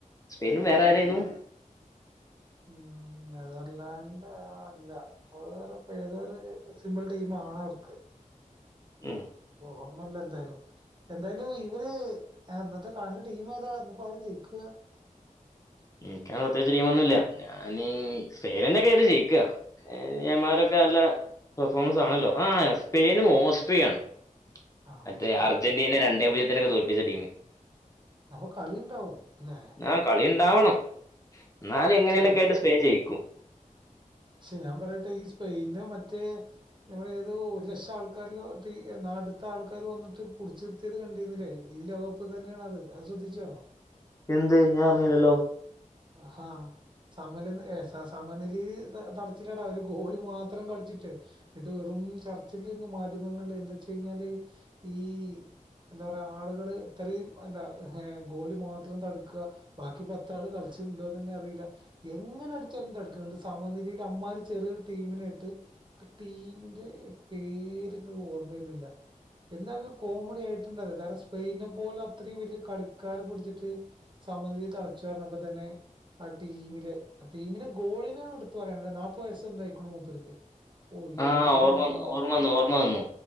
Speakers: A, on the left (about 25°); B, on the right (about 35°).
A: സ്പെയിനും വേറെ ആരായിരുന്നു
B: ഉം നെതർലാൻഡ് അല്ല അതിപ്പ ഏതൊരു സിമ്പിൾ ടീം ആണ് അവർക്ക്
A: ഉം
B: ഓർമ്മല്ല എന്തായാലും എന്തായാലും ഇവര് ഇന്നത്തെ കളിന്റെ ടീം ഏതാ ഇന്നിപ്പോ ആര് ജയിക്ക
A: എനിക്കങ്ങനെ പ്രത്യേയ്ച്ച് ടീമൊന്നുല്ല ഞാനീ സ്പെയിനന്നേകാ അയിൽ ജയിക്ക യമാലൊക്കെ നല്ല പെർഫോമൻസ് ആണല്ലോ ആ സ്പെയിനും ഓസ്ട്രിയ ആണ്
B: ആ
A: മറ്റേ
B: ഹോസ്റ്റ്
A: അർജന്റീന
B: അപ്പൊ പിന്നെ
A: രണ്ടേ പൂജ്യത്തിനൊക്കെ തോല്പ്പിച്ച ടീം
B: അപ്പൊ കളിണ്ടാവും ലെ
A: ആഹ്, കളിയ്ണ്ടാവണം. ന്നാല് എങ്ങനെലൊക്കെ
B: ചാൻസ്
A: ആയിട്ട് സ്പെൻ ജെയിക്കും.
B: ശെ ഞാൻ പറേട്ടെ ഈ സ്പെയിന് മറ്റേ നമ്മൾ ഏതോ ഒരു ലക്ഷം ആൾക്കാരിലോ നാട്ടിത്തെ ആൾക്കാർ വന്നിട്ട് പുടിച്ചി ത് കണ്ടിന്നില്ലേ ഈ ലോകകപ്പ് തന്നെണത് അത് ശ്രദ്ധിചോ
A: എന്ത് ഞാൻ അറിഞ്ഞിലല്ലോ
B: ഹാ സമലന് ഏഹ് സ സ സമനിലി തളച്ചിലടാവര് ഒരു ഗോളി മാത്രം കളിച്ചിട്ട് ന്നട്ട് വെറും ചർച്ചല്ലേന്ന് മാധ്യമങ്ങള്ല് എന്താച്ച് കഴിഞ്ഞാല് ഈ എന്താ പറയ ആൾകള് ഇത്രീം എന്താ ഗോളി മാത്രം തട്ക്ക ബാക്കി പത്താള് കളിച്ചിട്ടുണ്ടോന്നന്നെ അറീല എങ്ങനെ അടിച്ചാലും തട്ക്ക്ണ്ട് സമനിലീൽ അമ്മാരി ചെറ്യേരു ടീമിനേട്ട് ടീമിന്റെ പേര് ങ്ങ് ഓർമ്മ വരണില്ല എന്താണെലും കോമഡി ആയിട്ട്ണ്ടത് കാരണം സ്പെയിനെ പോലെ അത്രീം വെല്യേ കളിക്കാരെ പുടിച്ചിട്ട് സമനിലിതളച്ചു പറഞ്ഞപ്പതന്നെ ടീമിലെ ടീമിലെ ഗോളിനേണ് ട്ത്ത് പറേണ്ട് നാപ്പ ത് വ യസ്സെന്തോ ആയിക്കണ് മൂപ്പർക്ക് ഓ
A: ആഹ്
B: എന്റെ
A: ഓർമ്മ
B: മോനെ
A: വന്നു ഓർമ്മ വന്നു ഓർമ്മ വന്നു